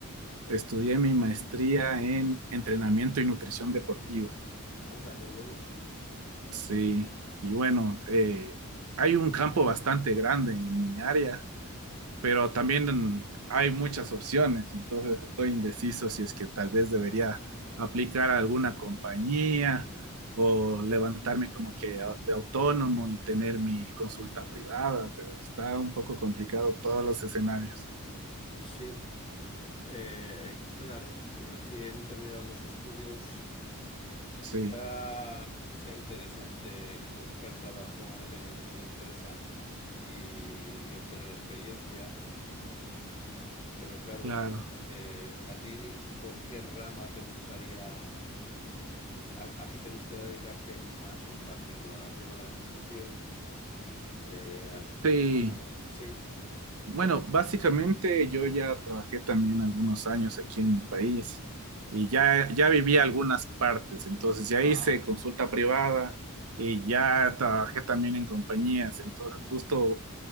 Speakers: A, on the right; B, on the left.
A: Estudié mi maestría en entrenamiento y nutrición deportiva.
B: Anda, qué bueno.
A: Sí, y bueno, eh, hay un campo bastante grande en mi área pero también hay muchas opciones, entonces estoy indeciso si es que tal vez debería aplicar a alguna compañía o levantarme como que a- de autónomo y tener mi consulta privada, pero está un poco complicado todos los escenarios.
B: Sí. Eh, claro, recién terminados los estudios,
A: Sí,
B: quizá sea interesante buscar trabajo en alguna empresa y, y obtener experiencia. Pero claro,
A: claro.
B: eh, ¿a ti por qué rama te gustaría? ¿A, a qué te gustaría dedicarte más en particular? ¿Al tema de la nutrición? Eh, al, al
A: Sí.
B: tema... Sí.
A: Bueno, básicamente yo ya trabajé también algunos años aquí en mi país y ya, ya viví algunas partes, entonces ya
B: Ah,
A: hice consulta privada y ya trabajé también en compañías, entonces justo